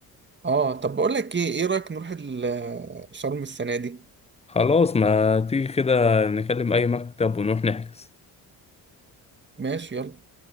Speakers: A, on the right; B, on the left.
A: أه طب بقول لك إيه إيه رأيك نروح ال- شرم السنة دي
B: خلاص ما تيجي كده نكلم أي مكتب ونروح نحجز
A: ماشي يلا